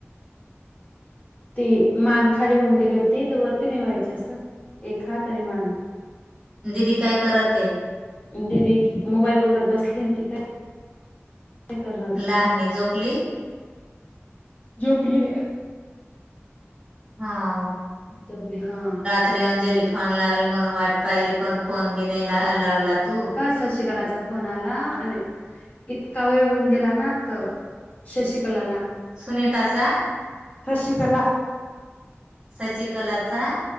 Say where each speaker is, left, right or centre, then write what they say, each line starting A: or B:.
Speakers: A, on the left; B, on the right.
A: ती मान खाली होऊन गेली होती तर वरती नाही व्हायची अस एखात आणि मान
B: दिीदी काय करत आहे
A: ददी मोबाईल बगत बसली ती काय नाही करणार दुसरा
B: लहानी झोपली
A: जो प्ले.
B: हा
A: जबली हा
B: त्री अंजली फोन लावेल म्हणून वाट पाहिली पण फोन बी नाही लावला तू
A: सशिकलाचा फोन आला आणि इतका वेळ होऊन गेला ना तर. सश कलला
B: सुनीता चा
A: शशिकला
B: सचिकलाचा